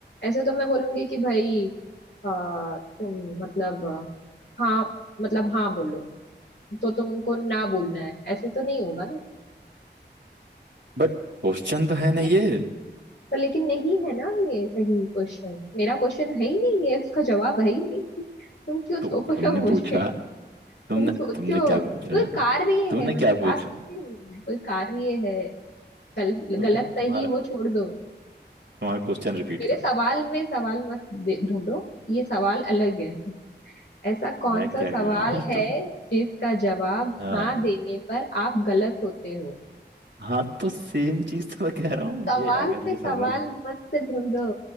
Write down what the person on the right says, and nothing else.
बट क्वेश्चन तो है ना
ये
तो
तुमने
पूछा तुमने
तुमने क्या पूछा
तुमने
क्या
पूछा
तुम
तुम्हारा
तुम्हारा क्वेश्चन रिपीट
करो
मैं क्या
कह
रहा हूँ
तुम
हाँ
हाँ तो सेम चीज तो मैं कह रहा हूँ ये
अगर ये
सवाल